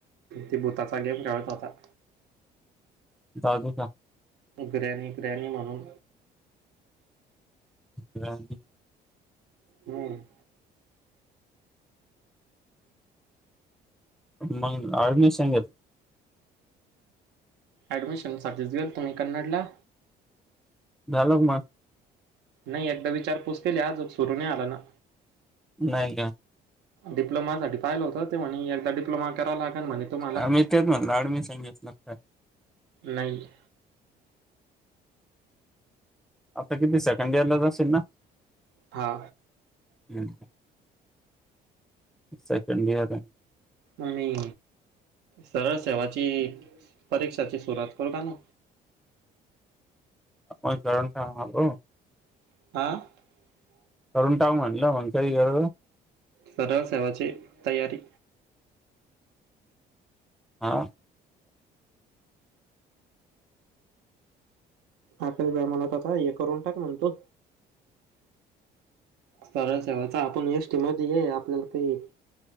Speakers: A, on the right; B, in the centre.
A: ते भूताचा गेम खेळत होता.
B: जागू का?
A: ग्रॅणी ग्रॅणी म्हणून
B: ग्रॅनी
A: हम्म.
B: मग आर्मी सांगत.
A: ऍडमिशन साठीच गेलतो मी कन्नडला.
B: झाल का म?
A: नाही एकदा विचारपूस केली आजूक सुरू नाही आला ना.
B: नाही का?
A: डिप्लोमा साठी पाहिलं होतं ते म्ह एकदा डिप्लोमा. करावा लागेल म्हणे तुम्हाला
B: आम्ही तेच म्हणलाड म सांगितलं का.
A: नाही.
B: आता किती सेकंड इयर ला जाेल ना
A: हा.
B: हं. सेकंड घता.
A: मगी सरळ सेवाची परीक्षाची सुरुवात करू का ना
B: मण काररण का आल.
A: <unintelligible>
B: करुण टाग म्हणलं मग कारी गर
A: सरळ सेवाची तयारी.
B: हा.
A: आपेस ब म्हणत आता हे करून टाक म्हण तू सरळ सेवाचा आपण य किम आपल्याला काही